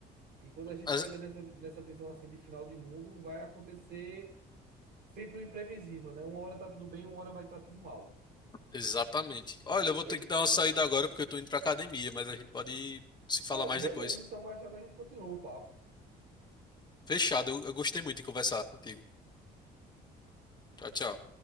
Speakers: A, on the right; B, on the left.
A: E quando a gente
B: As-
A: pega nessa, nessa visão assim de final de mundo, vai acontecer sempre o imprevisível, né? Uma hora tá tudo bem, uma hora vai estar tudo mal.
B: exatamente. Olha, eu vou
A: Ei,
B: ter que dar uma saída agora porque eu tô indo pra academia, mas a gente pode se falar
A: Ah,
B: mais
A: beleza,
B: depois.
A: então mais tarde a gente continua o papo.
B: Fechado, eu eu gostei muito de conversar contigo. Tchau, tchau.